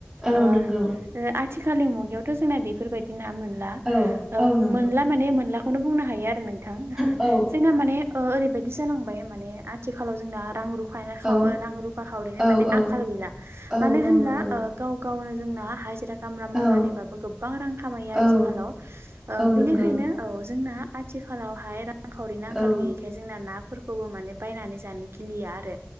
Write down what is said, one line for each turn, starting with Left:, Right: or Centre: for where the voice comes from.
Centre: औ
Right: ओ
Centre: नंगौ
Right: ओ आथिखालनि मुगायावथ' जोंना बेफोरबायदि ना मोनला
Centre: औ
Right: ओ
Centre: औ नंगौ
Right: मोनला माने मोनलाखौनो बुंनो हायो आरो नोंथां
Centre: औ
Right: जोंना माने ओ ओरैबायदि जांबाय माने आथिखालाव जोंना रां रु फा खा खाव
Centre: औ
Right: रां रुफा खावरैनो
Centre: औ
Right: माने आंखाल गैला
Centre: औ
Right: मानो
Centre: औ
Right: होनब्ला
Centre: नंगौ
Right: ओ गाव गावनो जोंना हाजिरा खामला
Centre: औ
Right: मावनानैबाबो गोबां रां खामायो
Centre: औ
Right: आथिखालाव ओ
Centre: औ
Right: बिनिखायनो
Centre: नंगौ
Right: औ जोंना आथिखालावहाय रांखावरिनि
Centre: औ
Right: आंखाल गैयै खाय जोंना नाफोरखौबो माने बायनानै जानो गिलिया आरो